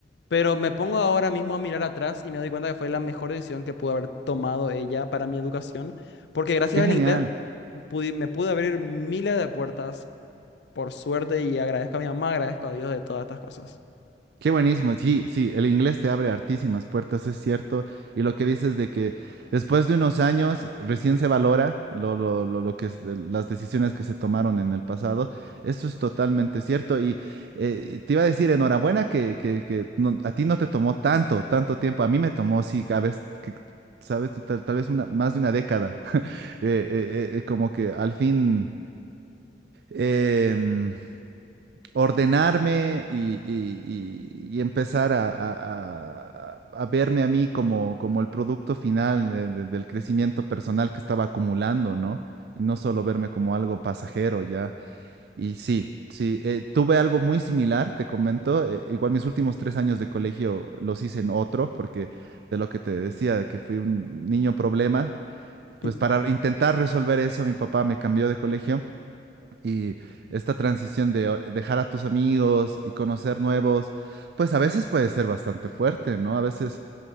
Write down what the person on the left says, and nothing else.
Pero me pongo ahora mismo a mirar atrás y me doy cuenta que fue la mejor decisión que pudo haber tomado ella para mi educación, porque gracias
al
inglés pudi- me pude abrir miles de puertas, por suerte, y agradezco a mi mamá, agradezco a Dios de todas estas cosas.
<laughs>